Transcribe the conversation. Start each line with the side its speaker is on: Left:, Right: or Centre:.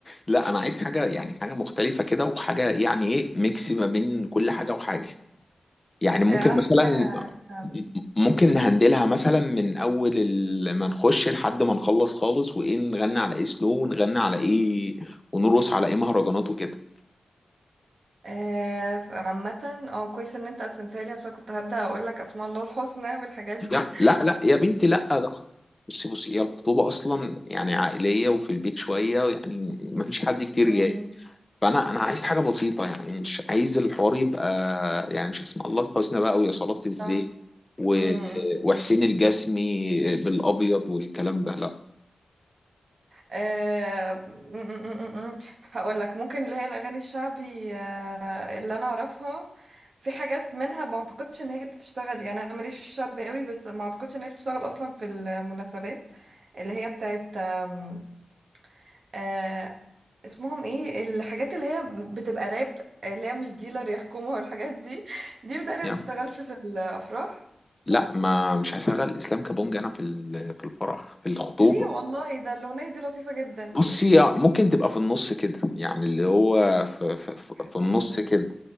Left: لا انا عايز حاجه يعني حاجه مختلفه كده وحاجه يعني ايه ميكس ما بين كل حاجه وحاجه يعني ممكن
Right: آه، آه،
Left: مثلا
Right: حاجة شعبي
Left: ممكن نهندلها مثلا من اول ال- ما نخش لحد ما نخلص خالص وايه نغني على ايه سلو ونغني على ايه ونرقص على ايه مهرجانات وكده
Right: آه، ف- عامة اه كويس إن أنت قسمتها لي عشان كنت هبدأ أقول لك أسماء الله الحسنى والحاجات دي
Left: لا لا لا يا بنتي لا ده بصي بصي هي الخطوبه اصلا يعني عائليه وفي البيت شويه يعني ما فيش حد كتير
Right: مم،
Left: جاي فانا انا عايز حاجه بسيطه يعني مش عايز الحوار يبقى يعني مش اسمع الله الحسنى بقى ويا صلاه الزين
Right: صح
Left: و...
Right: مم، مم.
Left: وحسين الجسمي بالابيض والكلام ده لا
Right: أه... م- م- م- م- هقول لك ممكن اللي هي الاغاني الشعبي آه، اللي انا اعرفها في حاجات منها ما اعتقدش ان هي بتشتغل يعني انا ماليش في الشعبي قوي بس ما اعتقدش ان هي بتشتغل اصلا في المناسبات اللي هي بتاعت آم، أه... اسمهم ايه الحاجات اللي هي بتبقى راب اللي هي مش ديلر يحكمها والحاجات دي دي بتقريبا
Left: يعني
Right: ما بتشتغلش في الافراح صح
Left: لا ما مش هشغل اسلام كابونج انا في ال- في الفرح في الخطوبه
Right: ليه والله ده الاغنيه دي لطيفه جدا
Left: بصي ممكن تبقى في النص كده يعني اللي هو في, في, في
Right: حته
Left: في النص
Right: في النص
Left: كده